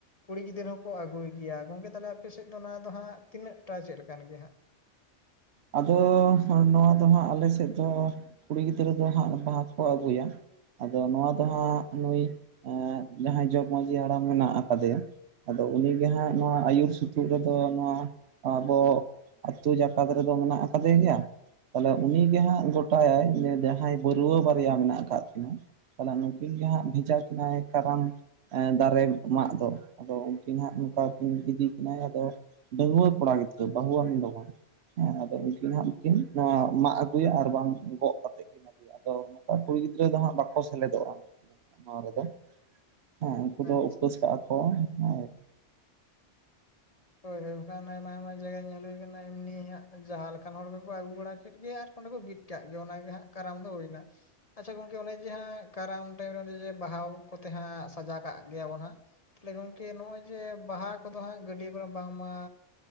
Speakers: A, on the left; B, on the right.
A: ᱠᱩᱲᱤ ᱜᱤᱫᱟᱹᱨᱟᱹ ᱦᱚᱸᱠᱚ ᱟᱹᱜᱩᱭ ᱜᱮᱭᱟ ᱜᱚᱝᱠᱮ ᱛᱟᱦᱞᱮ ᱟᱯᱮᱥᱮᱫ ᱫᱚ ᱱᱚᱣᱟ ᱫᱚ ᱦᱟᱸᱜ ᱛᱤᱱᱟᱹᱜ ᱴᱟ ᱪᱮᱫ ᱞᱮᱠᱟᱱ ᱜᱮᱭᱟ ᱦᱟᱸᱜ?
B: ᱟᱫᱚ ᱱᱚᱣᱟ ᱫᱚ ᱦᱟᱸᱜ ᱟᱞᱮ ᱥᱮᱫ ᱫᱚ ᱠᱩᱲᱤ ᱜᱤᱫᱽᱨᱟᱹ ᱫᱚ ᱦᱟᱸᱜ, ᱵᱟᱦᱟ ᱠᱚ ᱟᱹᱜᱩᱭᱟ ᱟᱫᱚ ᱱᱚᱣᱟ, ᱫᱚ ᱱᱩᱭ ᱮ ᱡᱟᱦᱟᱸᱭ ᱡᱚᱜᱽ ᱢᱟᱺᱡᱷᱤ ᱦᱟᱲᱟᱢ ᱢᱮᱱᱟᱜ ᱟᱠᱟᱫᱮᱭᱟ, ᱟᱫᱚ ᱩᱱᱤᱜᱮ ᱦᱟᱸᱜ ᱱᱚᱣᱟ ᱟᱹᱭᱩᱨ ᱥᱩᱛᱩᱜ ᱨᱮᱫᱚ ᱱᱚᱣᱟ ᱟᱵᱚ, ᱟᱹᱛᱩ ᱡᱟᱠᱟᱛ ᱨᱮᱫᱚ ᱢᱮᱱᱟᱜ ᱟᱠᱟᱫᱮ ᱜᱮᱭᱟ, ᱛᱟᱦᱞᱮ ᱩᱱᱤ ᱜᱮ ᱦᱟᱸᱜ ᱜᱚᱴᱟᱭᱟᱭ ᱡᱟᱦᱟᱸᱭ ᱵᱟᱹᱨᱣᱟᱹ ᱵᱟᱨᱭᱟ ᱢᱮᱱᱟᱜ ᱟᱠᱟᱫ ᱛᱤᱱᱟᱹ, ᱛᱟᱦᱚᱞᱮ ᱱᱩᱠᱤᱱ ᱜᱮ ᱦᱟᱸᱜ ᱵᱷᱮᱡᱟ ᱠᱤᱱᱟᱹᱭ ᱠᱟᱨᱟᱢ ᱫᱟᱨᱮ ᱢᱟᱜ ᱫᱚ ᱟᱫᱚ ᱩᱱᱼᱼ ᱠᱤᱱ ᱦᱟᱸᱜ ᱱᱚᱝᱠᱟ ᱠᱤᱱ ᱤᱫᱤ ᱠᱤᱱᱟᱹ ᱟᱫᱚ ᱰᱟᱺᱜᱩᱣᱟᱹ ᱠᱚᱲᱟ ᱜᱤᱫᱽᱨᱟᱹ, ᱵᱟᱹᱦᱩᱣᱟᱱ ᱫᱚ ᱵᱟᱝ, ᱦᱮᱸ ᱟᱫᱚ ᱩᱱᱠᱤᱱ ᱦᱟᱸᱜ ᱠᱤᱱ ᱱᱚᱣᱟ ᱢᱟᱜ ᱟᱹᱜᱩᱭᱟ ᱟᱨ ᱵᱟᱝ ᱜᱚᱜ ᱠᱟᱛᱮ ᱠᱤᱱ ᱟᱹᱜᱩᱭᱟ᱾ ᱟᱫᱚ ᱱᱚᱠᱟ ᱠᱩᱲᱤ ᱜᱤᱫᱽᱨᱟᱹ ᱫᱚ ᱦᱟᱸᱜ ᱵᱟᱠᱚ ᱥᱮᱞᱮᱫᱚᱜᱼᱟ ᱱᱚᱣᱟ ᱨᱮᱫᱚ᱾ ᱦᱮᱸ ᱩᱱᱠᱩ ᱫᱚ
A: ᱟᱪᱪᱷᱟ
B: ᱩᱯᱟᱹᱥ
A: ᱟᱪᱪᱷᱟ
B: ᱠᱟᱜᱼᱟ ᱠᱚ ᱦᱮᱸ᱾
A: ᱦᱳᱭ ᱦᱳᱭ ᱵᱟᱠᱷᱟᱱ ᱟᱭᱢᱟ ᱟᱭᱢᱟ ᱡᱟᱭᱜᱟ ᱧᱮᱞ ᱦᱩᱭ ᱟᱠᱟᱱᱟ ᱮᱢᱱᱤ ᱦᱟᱜ ᱡᱟᱦᱟᱸ ᱞᱮᱠᱟᱱ ᱦᱚᱲ ᱜᱮᱠᱚ ᱟᱹᱜᱩ ᱵᱟᱲᱟ ᱠᱮᱫ ᱜᱮ ᱟᱨ ᱚᱸᱰᱮ ᱠᱚ ᱵᱤᱫ ᱠᱟᱜ ᱜᱮᱭᱟ ᱚᱱᱟ ᱜᱮ ᱦᱟᱸᱜ ᱠᱟᱨᱟᱢ ᱫᱚ ᱦᱩᱭᱱᱟ ᱾ ᱟᱪᱪᱷᱟ ᱜᱚᱝᱠᱮ ᱚᱱᱮ ᱡᱮ ᱦᱟᱸᱜ ᱠᱟᱨᱟᱢ ᱴᱟᱭᱤᱢ ᱨᱮ ᱚᱱᱮ ᱡᱮ ᱵᱟᱦᱟ ᱠᱚᱛᱮ ᱦᱟᱸᱜ ᱥᱟᱡᱟᱣ ᱠᱟᱜ ᱜᱮᱭᱟᱵᱚᱱ ᱦᱟᱸᱜ᱾ ᱛᱟᱦᱚᱞᱮ ᱜᱚᱝᱠᱮ ᱱᱚᱜᱼᱚᱭ ᱡᱮ ᱵᱟᱦᱟ ᱠᱚ ᱦᱟᱸᱜ ᱜᱟᱹᱰᱭᱟᱹ ᱵᱟᱝᱢᱟ